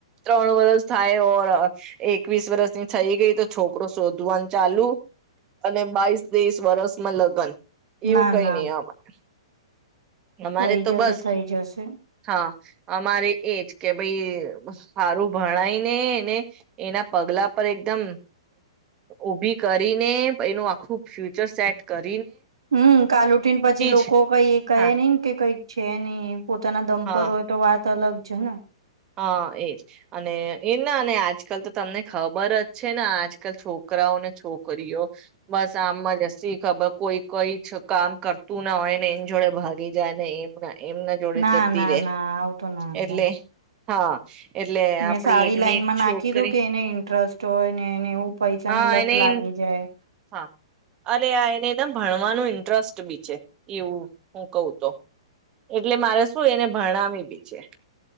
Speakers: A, on the right; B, on the right.
A: ત્રણ વરષ થાય તોર એકવીસ વર્ષની થઈ ગઈ તો છોકરો શોધ. ધ્વન ચાલુ અને બાવસ ત્રીસ વરષમાં લગ્ન એવું
B: ના
A: કઈ
B: ના
A: નઈ આમાં અમારે
B: થઈ
A: તો
B: જશે
A: બસ
B: થઈ જશે.
A: હા અમારે એજ કે ભાઈ હારું ભણાયને એના પગલા પર એકદમ ઉભી કરીને એનું આખું ફ્યુચર સેટ કર
B: હમ કાલુટીન પછી લોકો
A: જ
B: કઇક ટ્રેનિંગ
A: હા
B: કે કોઈ છેેની. પોતાના દમ
A: હા
B: પર હોય તો વાત ત અલક છે ને.
A: હા એ અને એ ના અને આજકાલ તો તમને ખબર જ છે ને આજકાલ છોકરાઓને છોકરીઓ બસ આમજ હસી ખબર કોઈ કઈ ચ કામ કરતું ના હોય ને એની જોડે ભાગી જાય ને એમ એમના જોડે
B: ના
A: જતી
B: ના
A: રે
B: ના આવું તો ના
A: એટલે.
B: થાય.
A: હા. એટલે
B: ને
A: આપડી
B: સારી
A: એકની
B: લાઈનમાં
A: એક છોકરી
B: નાખી દો કે એને ઇન્ટરસ્ટ જોઈને એને એવું પૈસાની
A: હા
B: લત
A: એનેય
B: લાગી જાય.
A: હા અરે આ એનેદમ ભણવાનું ઇન્ટરસ્ટ બી છે, એવું હું કઉ તો, એટલે મારે શું એને ભણાવી બી છે